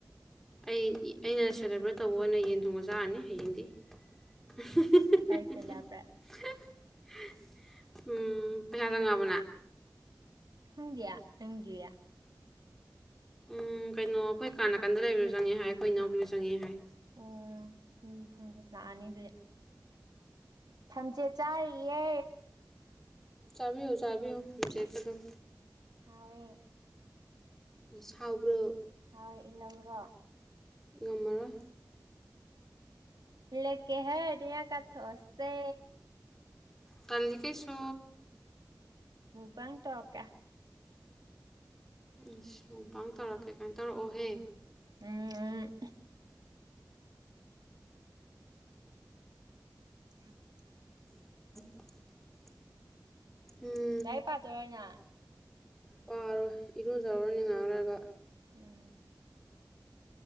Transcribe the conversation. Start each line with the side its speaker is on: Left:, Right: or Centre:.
Centre: ꯑꯩ ꯑꯩꯅ ꯁꯦꯂꯦꯕ꯭ꯔꯦꯠ ꯇꯧꯕ ꯑꯣꯏꯅ ꯌꯦꯟ ꯊꯣꯡꯕ ꯆꯥꯔꯅꯤ ꯍꯌꯦꯡꯗꯤ <unintelligible>
Right: ꯀꯔꯤ ꯁꯦꯠ ꯂꯥꯛꯄ꯭ꯔꯥ
Centre: ꯎ ꯄꯩꯁꯥ ꯆꯪꯉꯛꯑꯕꫭ ꯅꯪ
Right: ꯈꯪꯗꯤꯌꯦ ꯅꯪꯗꯤ
Centre: ꯎꯝ ꯀꯩꯅꯣ ꯑꯩꯈꯣꯏ ꯀꯥ ꯅꯥꯀꯟꯗ ꯂꯩꯕꯗꯨ ꯆꯪꯉꯛꯑꯦ ꯍꯥꯏ ꯑꯩꯈꯣꯏ ꯏꯅꯥꯎꯄꯤꯖꯨ ꯆꯪꯉꯛꯑꯦ ꯍꯥꯏ
Right: ꯑꯣ ꯎꯝ ꯈꯪꯗꯦ ꯂꯥꯛꯑꯅꯤ ꯑꯗꯨꯗꯤ ꯊꯝꯆꯦꯠ ꯆꯥꯔꯤꯌꯦ
Centre: ꯆꯥꯕꯤꯌꯨ ꯆꯥꯕꯤꯌꯨ‌ ꯊꯝꯆꯦꯠꯀꯗꫭ
Right: ꯍꯥꯎꯋꯦ
Centre: ꯏꯁ ꯍꯥꯎꯕꯔꫭ
Right: ꯍꯥꯎꯋꯦ ꯏꯜꯂꯛꯎꯔꫭ
Centre: ꯉꯝꯃꯔꯣꯏ
Right: ꯏꯂꯦꯛꯀꯦꯍꯦ ꯅꯌꯥ ꯀꯊꯣꯛꯑꯣꯁꯦ
Centre: ꯇꯜꯂꯤ ꯀꯩꯁꯨ
Right: ꯃꯨꯛꯕꯥꯡ ꯇꯧꯔꯛꯀꯦ
Centre: ꯏꯁ ꯃꯨꯛꯕꯥꯡ ꯇꯧꯔꯛꯀꯦ ꯀꯥꯏꯅ ꯇꯧꯔꯛꯑꯣꯍꯦ
Right: ꯎꯝ ꯎꯝ <inaudible>
Centre: <inaudible> ꯎꯝ
Right: ꯂꯥꯏꯔꯤꯛ ꯄꯥꯗꯣꯏꯔ ꯅꯪ
Centre: ꯄꯥꯔꯣꯏ ꯏꯔꯨꯖꯔꯨꯔꯅꯤ ꯉꯩꯍꯥꯛ ꯂꯩꯔꯒ
Right: ꯎꯝ